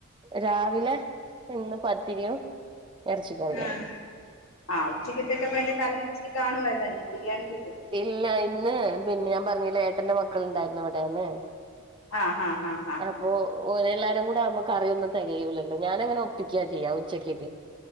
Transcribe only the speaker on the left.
ആഹ്
ആഹ് ഉച്ചക്ക്യത്തേക്ക് അപ്പ അയ്ന്റെ കറി ഇച്ചിരി കാണുവതായ്രിക്ക്യും ബിരിയാണിക്ക്യ്
അഹ് ആഹ് ഹാ ഹാ
ഹാ